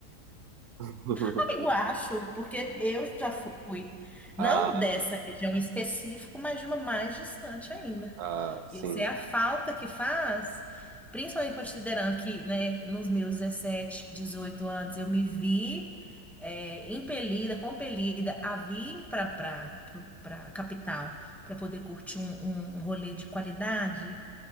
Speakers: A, on the right; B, in the centre.
A: <laughs>
B: Amigo, acho, porque eu já fui, não
A: Ah,
B: dessa região em específico, mas de uma mais distante ainda.
A: ah, sim.
B: Isso é a falta que faz, principalmente considerando que, né, nos meus 17, 18 anos eu me vi é, impelida, compelida a vir para para capital para poder curtir um, um, um rolê de qualidade.